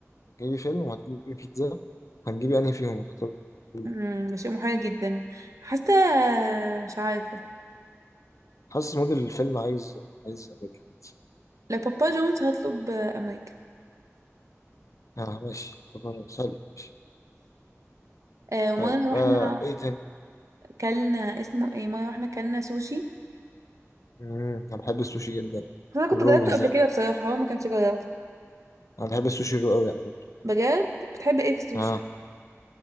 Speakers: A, on the left; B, on the right.
A: هتجيبي فيلم وهتجيبي بيتزا هتجيبي أنهي فيهم؟ هتختاري إيه؟
B: امم ده شيء محير جدا حاسه مش عارفه
A: حاسس موديل الفيلم عايز عايز أمريكان بيتزا
B: لو بابا جونز هطلب آه، امريكا
A: اه ماشي طب سهل ماشي
B: آه ومره
A: طيب
B: رحنا
A: آه إيه تاني؟
B: كلنا اسمه ايه مره رحنا كلنا سوشي
A: مم. أنا بحب السوشي جدا
B: بس انا كنت
A: الرو
B: جربته
A: بالذات
B: قبل كده بصراحه هو ما كانش جربه
A: أنا بحب السوشي الرو أوي على فكرة
B: بجد بتحب ايه في السوشي
A: اه